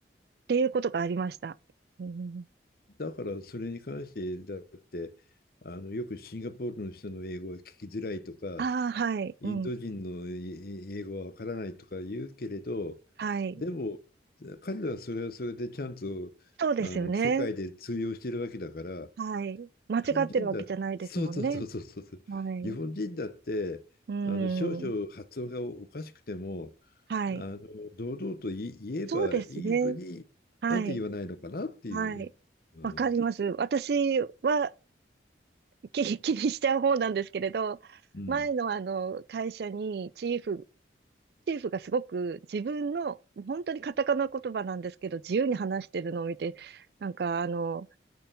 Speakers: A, on the right; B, on the left.
A: っていうことがありました。うん、
B: だからそれに関して、だって、あの、よくシンガポールの人の英語が聞きづらいとか、
A: ああ、はい、
B: インド人の英語はわからないとか言うけれど、
A: うん、はい。
B: でも彼らはそれはそれでちゃんとあの世界で通用してるわけだから、
A: そうですよね。はい。間違ってるわけじゃないですもんね。
B: 日本人だ、そうそうそうそうそうそう、
A: はい。
B: 日本人だってあの少々発音がおかしくても、
A: うん。はい。
B: あの堂々と言い言えばいいのに、
A: そうですね。はい。
B: なんて言わないのかなっていうね。
A: はい。
B: うん、
A: わかります。私は、気、<laughs> 気にしちゃう方なんですけれど、
B: うん、
A: 前のあの会社にチーフ、チーフがすごく自分の、本当にカタカナ言葉なんですけど、自由に話してるのを見て、なんかあの、